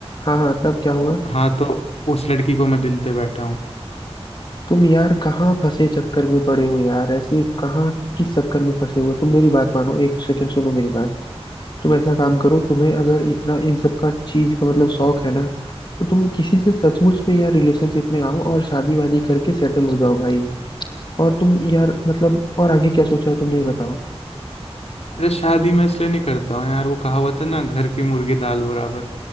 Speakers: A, on the left (about 45°); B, on the left (about 70°).
A: हाँ हाँ तब क्या हुआ
B: हाँ तो उस लड़की को मैं दिल दे बैठा हूँ
A: तुम यार कहाँ फंसे चक्कर में पड़े हो यार ऐसे कहाँ किस चक्कर में फंसे हुए हो? तुम मेरी बात मानो एक सेकंड सुनो मेरी बात तुम ऐसा काम करो तुम्हें अगर इतना इन सब का चीज का मतलब शौक है ना तो तुम किसी से सचमुच में यार रिलेशनशिप में आओ और शादी वादी करके सेटल हो जाओ भाई और तुम यार मतलब और आगे क्या सोचा है तुमने ये बताओ
B: अरे शादी मैं इसलिए नहीं करता हूँ यार वो कहावत है ना घर की मुर्गी दाल बराबर